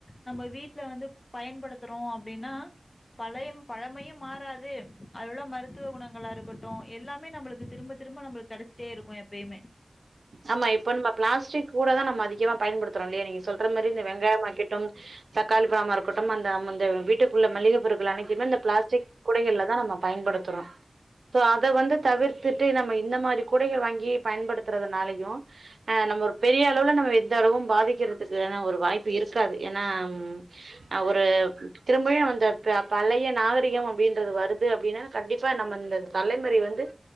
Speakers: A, on the left; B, on the right.
A: நம்ம வீட்ல வந்து பயன்படுத்துறோ அப்டினா பழயம் பழமையு மாறாது அதுள்ள மருத்துவ குணங்களா இருக்கட்டு எல்லாமே நம்புளுக்கு திரும்ப திரும்ப நம்புளுக் கெடைச்சிட்டே இருக்கு எப்பயுமே
B: ஆமா இப்பன் நம்ம ப்ளாஸ்டிக் கூடதா நம்ம அதிகமா பயன்படுத்துறோல்லைய நீங்க சொல்ற மாரி இந்த வெங்காய மாக்கெட்டும் தக்காளி பழமா இருக்கட்டும் அந்த ம் அந்த வீட்டுக்குள்ள மள்ளிக பொருட்கள் அனைத்தையுமே இந்த ப்ளாஸ்டிக் குடைகள்ல தா நம்ம பயன்படுத்துறோ சோ அத வந்து தவிர்த்துட்டு நம்ம இந்த மாரி குடைக வாங்கி பயன்படுத்துறதுனாலையு ஆ நம்ம ஒரு பெரிய அளவுல நம்ம எந்த அளவும் பாதிக்கிறதுக்கான ஒரு வாய்ப்பு இருக்காது ஏன்னா ம் அவுரு திரும்பயு அந்த ப பழைய நாகரிகம் அப்டின்றது வருது அப்டினா கண்டிப்பா நம்ம இந்த தலைமுறை வந்து